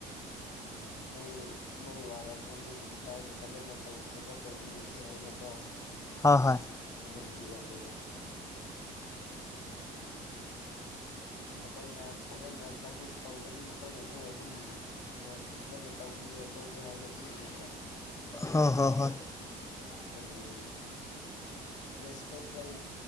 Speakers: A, on the left (about 90°); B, on the left (about 15°).
A: ꯅꯣꯏ ꯅꯣꯏ ꯋꯥꯔꯝꯒꯅꯤ ꯑꯗꯨꯃꯥꯏꯅ ꯐꯖꯅ ꯇꯧ ꯁꯦꯝꯕ ꯇꯧꯕꯤꯔꯨꯁꯦ ꯍꯥꯏꯅꯀꯣ
B: ꯍꯣꯏ
A: ꯑꯗꯨꯝ ꯄꯤꯔꯝꯃꯦꯗ ꯑꯩꯈꯣꯏꯅ ꯐꯖꯅ ꯁꯥꯔꯚꯤꯁ ꯇꯧꯔꯗꯤ ꯃꯈꯣꯏꯅꯁꯨ ꯑꯗꯨꯝ ꯐꯖꯅ ꯇꯧꯕꯤ ꯑꯩꯈꯣꯏꯕꯨ ꯍꯥꯏꯅ ꯄꯤꯈꯅꯤꯗ
B: ꯍꯣꯏ ꯍꯣꯏ ꯍꯣꯏ
A: ꯀꯔꯤ ꯑꯁꯦꯛ ꯂꯩ